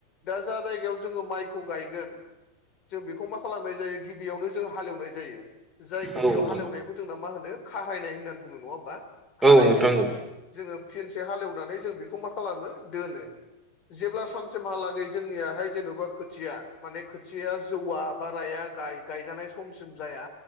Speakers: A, on the left; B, in the centre.
A: दा जा जायगायाव जोङो माइखौ गायगोन जों बेखौ मा खालामनाय जायो गिबियावनो जों हालेवनाय जायो। जाय गिबियाव
B: नोंथां
A: हालेवनायखौ जोंना मा होनो खाहायनाय होननानै बुङो नङा होमबा? खारायनाय
B: औ नोंथां
A: जोङो फिनसे हालेवनानै जों बेखौ मा खालामो दोनो। जेब्ला सानसेमहालागै जोंनियााहाय जेन'बा खोथिया माने खोथिया जौवआ बाराया गाय गायजानाय समसिम जाया